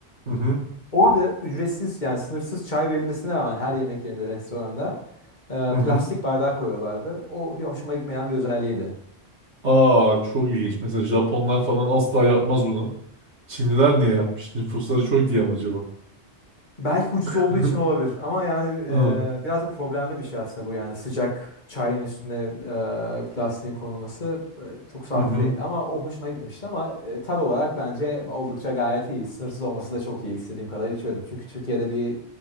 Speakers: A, on the right; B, on the left.
A: Hı hı.
B: orada ücretsiz yani sınırsız çay verilmesine rağmen her yemek yerinde, restoranda e,
A: Hı hı.
B: plastik bardağı koyuyorlardı. O hoşuma gitmeyen bir özelliğiydi.
A: Aa çok ilginç. Mesela Japonlar falan asla yapmaz bunu. Çinliler niye yapmış? Nüfusları çok diye mi acaba?
B: Belki ucuz
A: <laughs>
B: olduğu için olabilir ama yani e,
A: Hı
B: biraz da problemli bir şey aslında bu yani sıcak çayın üstüne e, plastiğin konulması e, çok sağlıklı
A: hı.
B: değil ama o hoşuma gitmemişti ama e, tad olarak bence oldukça gayet iyi. Sınırsız olması da çok iyi istediğim kadar içiyordum. Çünkü Türkiye'de bir